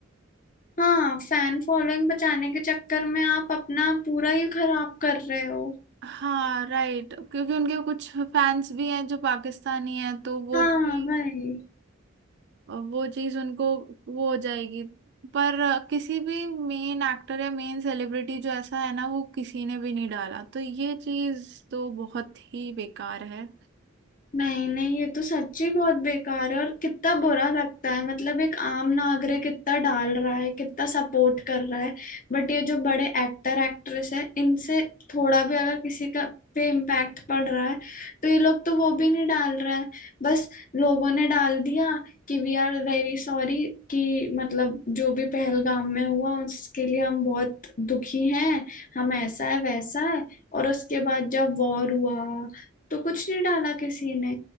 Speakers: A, on the left; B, on the right.
A: हाँ फैन फॉलोइंग बचाने के चक्कर में आप अपना पूरा ही खराब कर रहे हो
B: हाँ राइट क्योंकि उनके कुछ फैंस भी हैं जो पाकिस्तानी हैं तो वो
A: हाँ
B: थी
A: भाई
B: वो चीज उनको वो हो जाएगी पर किसी भी मेन एक्टर या मेन सेलिब्रिटी जो ऐसा है ना वो किसी ने भी नहीं डाला तो ये चीज तो बहुत ही बेकार है
A: नहीं नहीं ये तो सच्ची बहुत बेकार है और कितना बुरा लगता है मतलब एक आम नागरिक कितना डाल रहा है कितना सपोर्ट कर रहा है बट ये जो बड़े एक्टर एक्ट्रेस है इनसे थोड़ा भी अगर किसी का पे इम्पैक्ट पड़ रहा है तो ये लोग तो वो भी नहीं डाल रहे हैं बस लोगों ने डाल दिया कि वी आर वेरी सॉरी कि मतलब जो भी पहलगाम में हुआ उसके लिए हम बहुत दुखी हैं हम ऐसा है वैसा है और उसके बाद जब वॉर हुआ तो कुछ नहीं डाला किसी ने